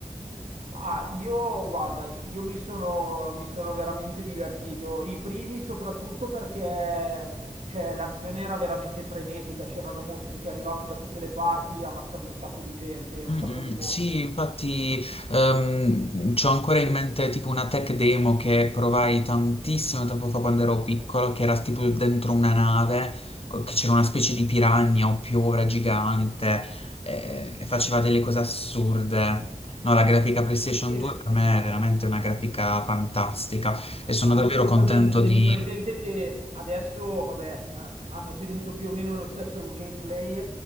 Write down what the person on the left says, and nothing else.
Mm,
mm,
Sì, infatti ehm, c'ho ancora in mente tipo una tech demo che provai tantissimo tempo fa quando ero piccolo, che era tipo dentro una nave, o che c'era una specie di piranha o piovra gigante eh, e faceva delle cose assurde. No, la grafica PlayStation
2 per me è veramente una grafica fantastica e sono
davvero
contento
di...